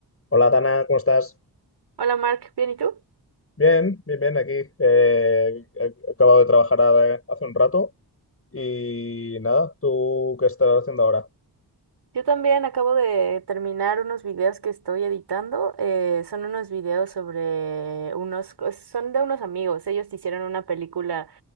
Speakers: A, on the left; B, on the right.
A: Hola, Dana, ¿cómo estás?
B: Hola Mark, ¿bien y tú?
A: Bien, bien, bien, aquí. Eh, he acabado de trabajar ahora- hace un rato y nada, ¿tú qué estás haciendo ahora?
B: Yo también acabo de terminar unos videos que estoy editando. eh, son unos videos sobre unos, o sea, son de unos amigos. Ellos hicieron una película